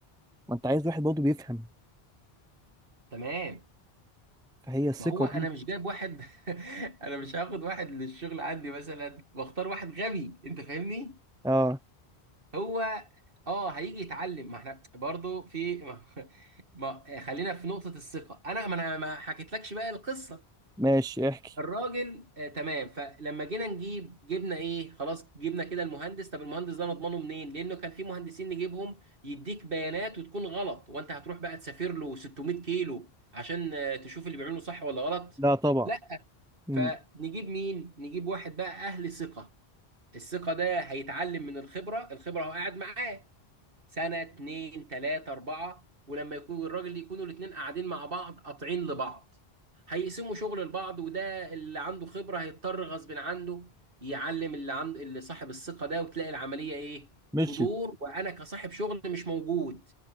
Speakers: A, in the centre; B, on the right.
A: ما انت عايز واحد برضو بيفهم
B: تمام
A: فهي الثقه
B: ما هو انا
A: دي
B: مش جايب واحد <laughs> انا مش هاخد واحد للشغل عندي مثلا واختار واحد غبي انت فاهمني
A: اه
B: هو اه هيجي يتعلم ما احنا برضو في <laughs> ما... ما... خلينا في نقطة الثقة انا ما انا ما حكيتلكش بقى القصة
A: ماشي احكي
B: الراجل آه تمام فلما جينا نجيب جبنا ايه خلاص جبنا كده المهندس طب المهندس ده نضمنه منين لانه كان في مهندسين نجيبهم يديك بيانات وتكون غلط وانت هتروح بقى تسافر له 600 كيلو عشان آه، تشوف اللي بيعمله صح ولا غلط
A: لا طبعا
B: لا
A: امم
B: فنجيب مين؟ نجيب واحد بقى أهل ثقة الثقة ده هيتعلم من الخبرة الخبرة هو قاعد معاه سنة اتنين تلاتة أربعة ولما يكون الراجل يكونوا الاتنين قاعدين مع بعض قاطعين لبعض هيقسموا شغل لبعض وده اللي عنده خبرة هيضطر غصب عنه يعلم اللي عنده اللي صاحب الثقة ده وتلاقي العملية إيه؟
A: مشيت
B: تدور وأنا كصاحب شغل مش موجود